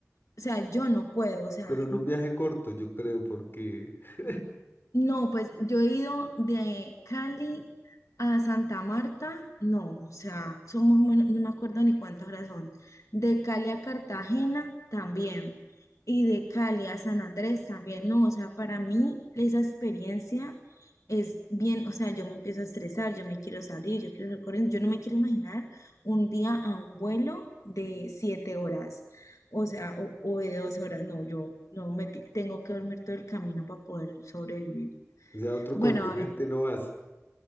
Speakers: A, on the left (about 85°); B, on the left (about 45°).
A: O sea, yo no puedo, o sea,
B: Pero en un viaje corto, yo creo, porque, <laughs>
A: No, pues yo he ido de Cali a Santa Marta, no, o sea, son más o menos, no me acuerdo ni cuántas horas son. De Cali a Cartagena también. Y de Cali a San Andrés también. No, o sea, para mí esa experiencia es bien, o sea, yo me empiezo a estresar, yo me quiero salir, yo quiero salir corriendo, yo no me quiero imaginar un día a un vuelo de siete horas, o sea, o, o de doce horas, no, yo no me ti- tengo que dormir todo el camino para poder sobrevivir.
B: o sea, a otro
A: Bueno,
B: continente
A: eh,
B: no vas.